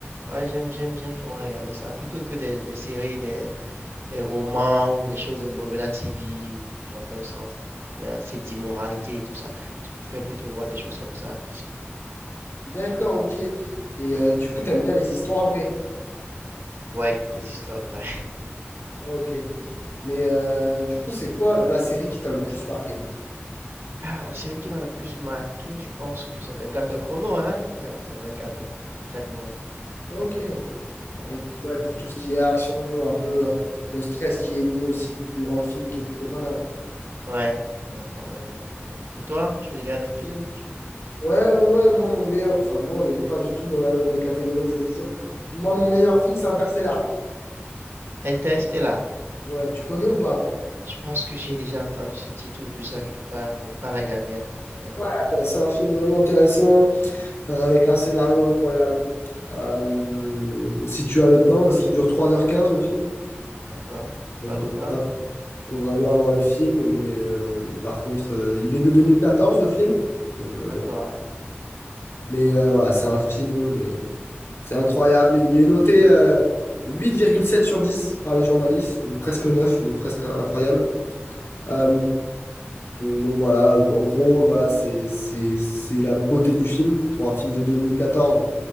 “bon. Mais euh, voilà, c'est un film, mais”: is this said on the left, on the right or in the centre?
Left